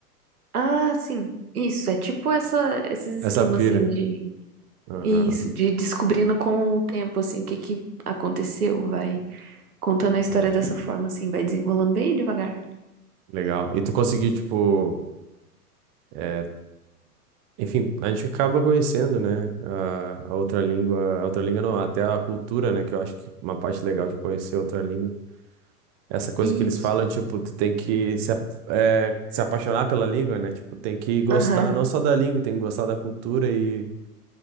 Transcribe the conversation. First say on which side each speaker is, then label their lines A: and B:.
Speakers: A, on the right; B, on the right.
A: Ah, sim. Isso, é tipo essa, esses
B: Essa
A: esquemas,
B: pira.
A: assim, de...
B: Aham.
A: Isso, de descobrindo com o tempo, assim, o que que aconteceu, vai contando a história
B: Hum.
A: dessa forma, assim, vai desenrolando bem devagar.
B: Legal. E tu conseguiu, tipo... eh, Enfim, a gente acaba conhecendo, né, a, a outra língua, a outra língua não, até a cultura, né, que eu acho que uma parte legal de conhecer outra língua. Essa coisa
A: Isso.
B: que eles falam, tipo, tu tem que se, a- é, se apaixonar pela língua, né, tipo, tem que gostar
A: Aham.
B: não só da língua, tem que gostar da cultura e,